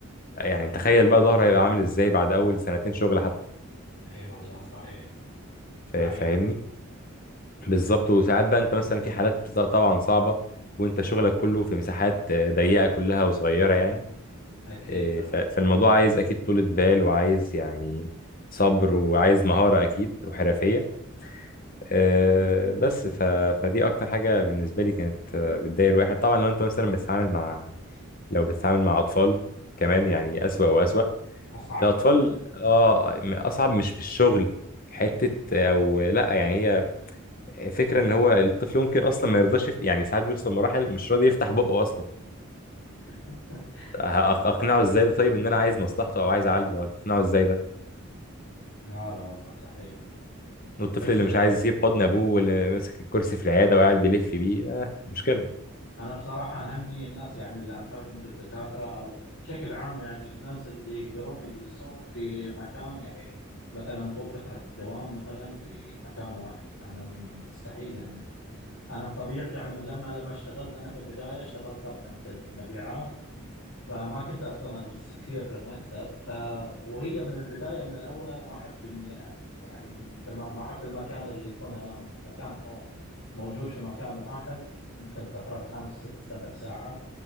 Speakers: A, on the left; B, on the left.
A: يعني تخيل بقى ظهره هيبقى عامل إزاي بعد أول سنتين شغل حتى
B: اي والله صحيح
A: فا-
B: صحيح
A: فاهمني بالظبط وساعات بقى أنت مثلا في حالات طبعا صعبة وأنت شغلك كله في مساحات ضيقة كلها وصغيرة يعني
B: اكيد
A: إيه،
B: آه.
A: ف- فالموضوع عايز اكيد طولة بال وعايز يعني صبر وعايز مهارة اكيد وحرفية آه، بس ف... فدي اكتر حاجة بالنسبة لي كانت آه، بتضايق الواحد طبعا لو انت مثلا بتتعامل مع لو بتتعامل مع اطفال كمان يعني اسوأ واسوأ
B: اصعب
A: الاطفال اه اصعب مش في الشغل حتة او لا يعني هي فكرة ان هو الطفل ممكن اصلا ما يرضاش يفت- يعني ساعات بيوصل مراحل مش راضي يفتح بقه اصلا
B: <laughs>
A: هأق- اقنعه ازاي ده طيب ان انا عايز مصلحته او عايز اعالجه هتقنعه ازاي ده
B: لا لا والله صحيح
A: والطفل
B: بس
A: اللي مش عايز يسيب حضن ابوه واللي ماسك الكرسي في العياده وقاعد بيلف بيه آه مشكله
B: أنا بصراحة أهني الناس يعني اللي أمثالك مثل الدكاترة أو بشكل عام يعني الناس اللي يقدرون يجلسون في مكان يعني مثلا طول فترة الدوام مثلا في مكان واحد أنا م- مستحيل يعني أنا أنا بطبيعتي يعني من لما لما اشتغلت أنا في البداية اشتغلت طبعا في المبيعات فما كنت اصلا اجلس كثير في المكتب ف وهي من البدايه من الاول انا ما احب اني يعني مثل ما ما احب المكان اللي يكون انا مكان في مو- موجود في مكان واحد ممكن فتره خمس ست سبع ساعات